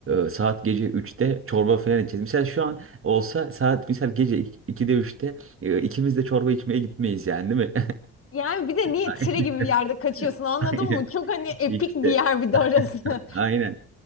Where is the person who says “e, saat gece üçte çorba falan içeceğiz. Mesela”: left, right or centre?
Right